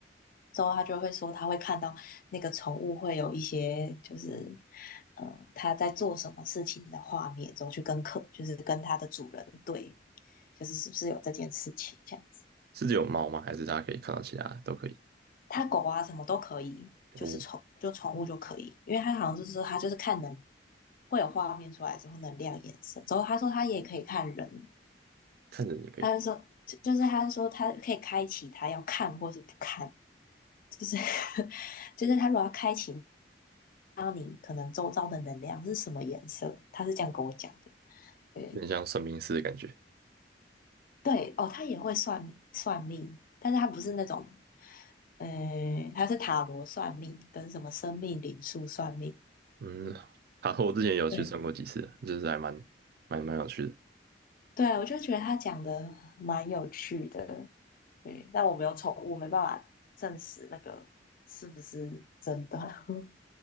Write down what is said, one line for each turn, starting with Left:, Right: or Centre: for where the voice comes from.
Left: 之后他就会说他会看到那个宠物会有一些就是，呃，他在做什么事情的画面，之后去跟客，就是跟他的主人对，就是是不是有这件事情这样子。
Right: 是只有猫吗？还是大家可以看到其他都可以？
Left: 它狗啊什么都可以，
Right: 哦，
Left: 就是宠就宠物就可以，因为它好像就是说它就是看能会有画面出来之后能亮颜色，之后他说他也可以看人，
Right: 看着你可以，
Left: 他就说就就是他说他可以开启他要看或是不看，就是 <laughs> 就是他如果要开启，让你可能周遭的能量是什么颜色，他是这样跟我讲的。对
Right: 有点像算命师的感觉。
Left: 对哦，他也会算算命，但是他不是那种，呃，他是塔罗算命跟什么生命灵数算命。
Right: 嗯，好，我之前有去算过几次，
Left: 对，
Right: 就是还蛮蛮蛮有趣的，
Left: 对啊，我就觉得他讲的蛮有趣的，对，但我没有宠物，没办法证实那个是不是真的。<laughs>